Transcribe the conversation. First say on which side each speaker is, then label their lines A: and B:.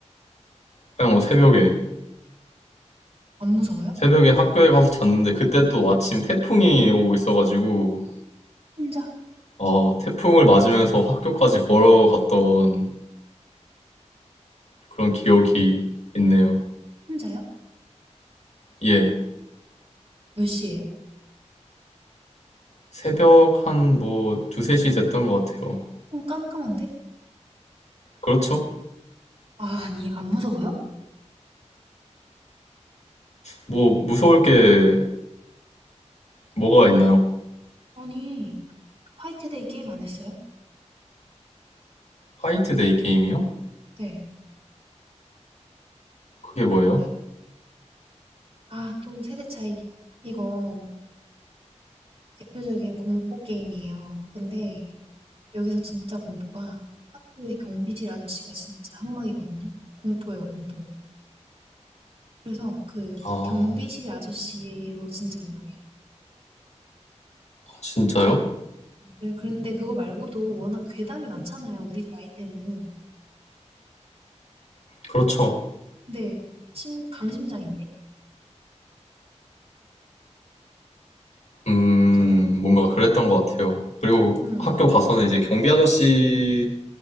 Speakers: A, on the left; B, on the right.
A: 그냥 뭐 새벽에
B: 안 무서워요?
A: 새벽에 학교에 가서 잤는데 그때 또 마침 태풍이 오고 있어가지고
B: 혼자?
A: 아 태풍을 맞으면서 학교까지 걸어갔던 그런 기억이 있네요.
B: 혼자요?
A: 예.
B: 몇 시예요?
A: 새벽 한 뭐 두세 시 됐던 것 같아요.
B: 좀 깜깜한데?
A: 그렇죠?
B: 아, 아니, 안 무서워요?
A: 뭐 무서울 게 뭐가 있나요?
B: 아니, 화이트데이 게임 안 했어요?
A: 화이트데이 게임이요?
B: 네.
A: 그게 뭐예요?
B: 그거 몰라요? 아, 또 세대 차이. 이거 대표적인 공포 게임이에요. 근데 여기서 진짜 공포가 학교의 경비실 아저씨가 진짜 항막이거든요. 공포예요, 공포. 그래서 그
A: 아,
B: 경비실 아저씨로 진짜 유명해요.
A: 진짜요?
B: 네. 그런데 그거 말고도 워낙 괴담이 많잖아요, 우리 나이 때는.
A: 그렇죠.
B: 근데 심, 강심장인데?
A: 음,
B: 완전?
A: 뭔가 그랬던 것 같아요. 그리고
B: 응.
A: 학교 가서는 이제 경비 아저씨